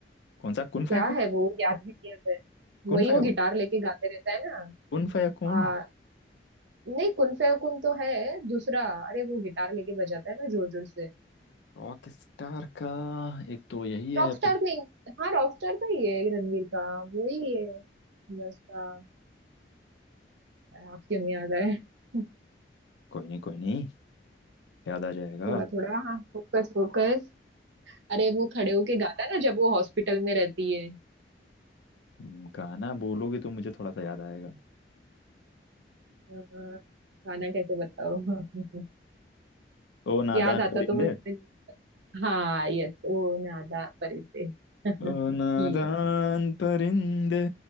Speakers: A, on the left; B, on the right.
A: कौन सा कुन
B: क्या
A: फयाकुन
B: है वो याद भी नहीं आता है
A: कुन
B: वही
A: फयाकुन
B: वो गिटार लेके गाते रहता है ना
A: कुन फयाकुन
B: आ, नहीं कुन फे कुन तो है दूसरा अरे वो गिटार लेके बजाता है ना जोर जोर से
A: रॉक स्टार का एक तो यही है
B: रॉकस्टार
A: फिर
B: नहीं हाँ रॉकस्टार का ही है रणवीर का वही है बस का आप क्यों नहीं आ गए <laughs>
A: कोई नहीं कोई नहीं याद आ जाएगा
B: थोड़ा थोड़ा हाँ फोकस फोकस अरे वो खड़े होके गाता है ना जब वो हॉस्पिटल में रहती है
A: हम्म, गाना बोलोगे तो मुझे थोड़ा सा याद आएगा
B: हाँ, गाना कैसे बताओ <laughs>
A: ओ नादान
B: याद आता
A: परिंदे
B: तो मैं समझ। हाँ यस वो ना आधा परे से <laughs>
A: ओ नादान
B: ये
A: परिंदे